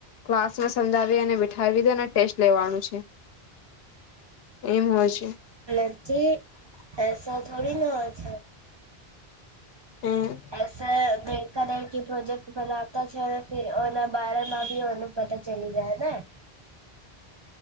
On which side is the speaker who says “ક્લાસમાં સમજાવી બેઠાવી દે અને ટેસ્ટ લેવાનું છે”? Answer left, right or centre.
Left